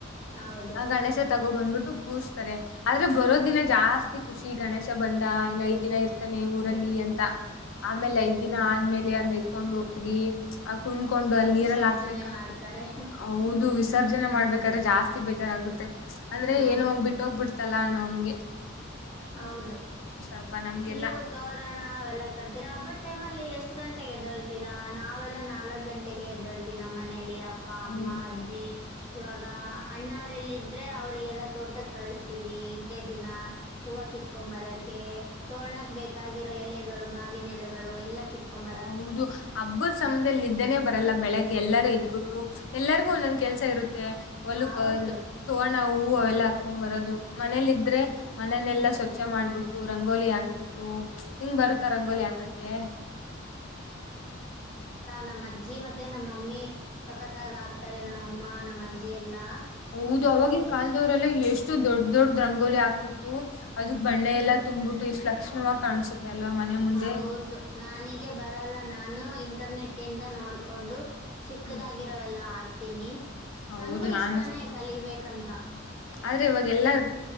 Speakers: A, on the left; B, on the left.
A: ಹೌದು
B: ಆ ಗಣೇಶ ತ ಬಂದ್ಬಿಟ್ಟು ಕೂರ್ಸ್ತಾರೆ ಆದ್ರೆ ಬರೋ ದಿನ ಜಾಸ್ತಿ ಖುಷಿ ಗಣೇಶ ಬಂದ ಇನ್ನಐದು ಐದ್ ದಿನ ಇರ್ತಾನೆ ಊರಲ್ಲಿ ಅಂತ ಆಮೇಲೆ
A: ಹ್ಮ್
B: ಐದ್ ದಿನ ಆದ್ಮೇಲೆ ಅದ್ನ ಇಟ್ಕೊಂಡ್ ಹೋಗಿ ಆ ಕುಣಕೊಂಡು ಅಲ್ಲಿ
A: ವಿಸರ್ಜನೆ
B: ನೀರೆಲ್ಲ ಹಾಕ್ಬೇಕ
A: ಮಾಡ್ತಾರೆ
B: ಹೌದು ವಿಸರ್ಜನೆ ಮಾಡ್ಬೇಕಾದ್ರೆ ಜಾಸ್ತಿ ಬೇಜಾರಾಗುತ್ತೆ ಅಂದ್ರೆ
A: ಹಾ
B: ಏನೋ ಬಿಟ್ಟೋಗ್ಬ ಬಿಡ್ತಲ್ಲ ಅನೋಹಂಗೆ
A: ಹೌದು
B: ಹಬ್ಬ ನಮ್ಗೆಲ್ಲಾ
A: ನೀವು ತೋೋಣ ಅವೆಲ್ಲ ಕಡ್ತೀರಾ ಹಬ್ಬದ ಟೈಮ್ ಅಲ್ಲಿ ಎಷ್ಟ ಎಷ್ಟ ಗಂಟೆಗೆ ಎದ್ದಳ್ತೀರಾ ನಾವೆಲ್ಲಾ ನಾಲ್ಕಕ್ ಗಂಟೆಗೆ ಎದ್ದಳ್ತೀ ನಮ್ಮ ಮನೇಲಿ ಪ್ಪ ಅಮ್ಮ
B: ಹ್ಮ್
A: ಅಜ್ಜಿ ಇವಾಗ ಅಣ್ಣ ಅವ್ರಲ್ಲ ಇದ್ರೆ ಅವ್ರರಿಗೆಲ್ಲಾ ತೋಟಕ್ಕೆ ಕಳಸ್ತ ಇೆ ದಿನ ಹೂವು ಕಿತ್ಕೊ್ ಬರಕೆ ತೋಣಕ್ ಬೇಕಾಗಿ ೋ ಎಲೆಗಳು ಮಾವಿನ ಎಲೆಗಳು ಎಲ್ಲಿತ್ಕೊಂಬ
B: ಹೌದು ಹಬ್ಬದ ಸಮದಲ್ಲಿ್ದೇನೆ ಬರಲ್ಲ ಬೆಳಿಗ್ಗೆ ಎಲ್ಲರೂ ಇದ್ಬಿಟ್ಟು ಎಲ್ಲರಿಗು ಒಂದೊಂದ ಕೆಲಸ ಇರುತ್ತೆ ಹೊಲಕ
A: ಹೌದು
B: ತೋರ್ರಣ ಹೂವು ಎಲ್ಲ ಹರ್ಕೊಂಡ್ ಬರೋದು ಮನೇಲ್ ಇದ್ರೆ ಮನನೆೆಲ್ಲಾ ಸ್ವಚ್ಛ ಮಾಡ್ಬಿಟ್ಟು ರಂಗೋಲಿ ಹಾಕ್ಬಿಟ್ಟು ಹಿಂಗ್ ಬರುತ್ತಾ ರಂಗೋಲಿ ಹಾಕ್ ಎಕಗೆ
A: ನಮ್ಮ್ ಅಜ್ಜಿ ಮತ್ತೆ ನಮ್ಮಮ್ಮಿ ಸಖತ್ತಾಗಿ ಆಗ್ತಾರೆ ನಮ್ಮಅಮ್ಮ ನಮ್ಮ ಅಜ್ಜಿ ಎಲ್ಲಾ
B: ಹೌದು ಅವಾಗಿನ್ ಕಾಲದವರೆಲ್ಲ ಎಷ್ಟು ದೊಡ್ಡ ದೊಡ್ಡಂತ ರಂಗ್ಗೋಲಿ ಹಾಕ್ಬಿಟ್ಟು ಅದಕ್ ಬಣ್ಣೆ ಎಲ್ಲ ತಂಬ್ಬಿಟ್ಟು ಎಷ್ಟು ಲಕ್ಷಣವಾಗಿ ಕಾಣಸುತ್ತೆ ಅಲ್ವಾ ಮನೆ ಮುಂದೆ
A: ಹೌದು ನಾನಿಗೆ ಬರಲ್ಲ ನಾನು ಇಂಟರ್ನೆಟ್ ಇಂದ ನೋಡ್ಕೊಂಡು ಚಿಕ್ಕದಾಗಿರೋ
B: ಹ್ಮ್
A: ಎಲ್ಲ ಹಾಕ್ತೀನಿ
B: ಹೌದು
A: ನಂಗೂ
B: ನಾನು
A: ಇಷ್ಟನೇ ಕಲಿಬೇಕಂತ
B: ಆದ್ರೆ ಇವಾಗೆಲ್ಲಾ